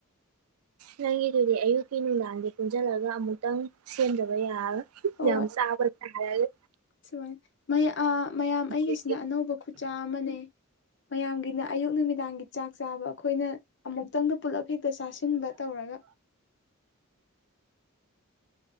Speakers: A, on the right; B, on the left.
A: ꯅꯪꯒꯤꯗꯨꯗꯤ ꯑꯌꯨꯛꯀꯤ ꯅꯨꯡꯗꯥꯡꯗꯤ ꯄꯨꯟꯖꯜꯂꯒ ꯑꯃꯨꯛꯇꯪ ꯁꯦꯝꯗꯕ ꯌꯥꯔꯔꫭꯏ
B: ꯍꯣꯏ
A: ꯌꯥꯝ ꯆꯥꯕ ꯇꯥꯔꯅꯤ
B: ꯁꯨꯃꯥꯏꯅ ꯃꯌꯥꯝ
A: ꯍꯧꯖꯤꯛꯀꯤ
B: ꯑꯩꯒꯤꯁꯤꯅ ꯑꯅꯧꯕ ꯈꯨꯠꯆꯥ ꯑꯃꯅꯦ ꯃꯌꯥꯝꯒꯤꯅ ꯑꯌꯨꯛ ꯅꯨꯃꯤꯗꯥꯡꯒꯤ ꯆꯥꯛ ꯆꯥꯕ ꯑꯩꯈꯣꯏꯅ ꯑꯃꯨꯛꯇꯪꯗ ꯄꯨꯜꯂꯞ ꯍꯦꯛꯇ ꯆꯥꯁꯤ ꯁꯤꯟꯕ ꯇꯧꯔꯒ